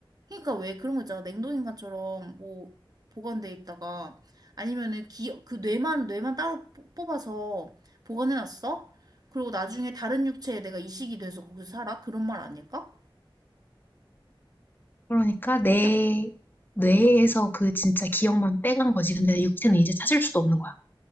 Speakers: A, on the right; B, on the left.
A: 그러니까 왜 그런 거 있잖아. 냉동인간처럼 뭐 보관돼 있다가 아니면은 기, 그 뇌만 뇌만 따로 뽑- 뽑아서 보관해놨어. 그리고 나중에 다른 육체에 내가 이식이 돼서 거기서 살아? 그런 말 아닐까?
B: 그러니까
A: 그런
B: 내
A: 거냐?
B: 뇌에서 그 진짜 기억만 빼간 거지. 근데 내 육체는 이제 찾을 수도 없는 거야.